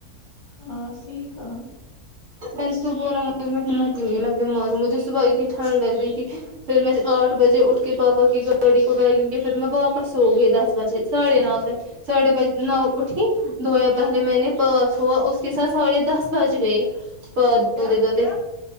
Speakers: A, on the left; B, on the right.
A: ہاں صحیح کہا
B: میں نے اس کو بولا مجھ میں ہمت ہی نہیں ہے میں بیمار ہوں مجھے صبح اتنی ٹھنڈ لگ رہی تھی پھر میں آٹھ بجے اٹھ کے پاپا کی گاوڈی پکائی کیوںکہ پھر میں واپس سو گئی دس بجے ساڑھے نو تک ساڑھے بج نو اٹھی دھویا پہلے میں نے پاس ہوا اس کے ساتھ ساڑھے دس بج گئے پ دھوتے
A: کیا
B: دھوتے
A: کیا